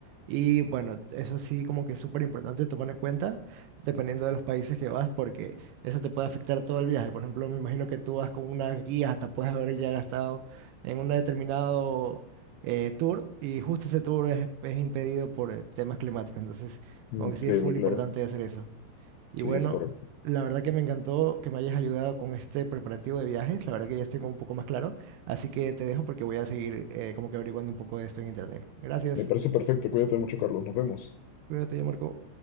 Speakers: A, on the right; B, on the left.
A: Y bueno, eso sí, como que es súper importante tomar en cuenta, dependiendo de los países que vas, porque eso te puede afectar todo el viaje. Por ejemplo, me imagino que tú vas con unas guías, hasta puedes haber ya gastado en un determinado eh, tour, y justo ese tour es, es impedido por eh, temas climáticos. Entonces,
B: Increíble,
A: como que sí es full
B: claro.
A: importante hacer eso. Y
B: Sí,
A: bueno,
B: es correcto.
A: la verdad que me encantó que me hayas ayudado con este preparativo de viajes. La verdad que ya estoy como un poco más claro. Así que te dejo porque voy a seguir eh, como que averiguando un poco de esto en internet. Gracias.
B: Me parece perfecto. Cuídate mucho, Carlos. Nos vemos.
A: Cuídate, ya Marco.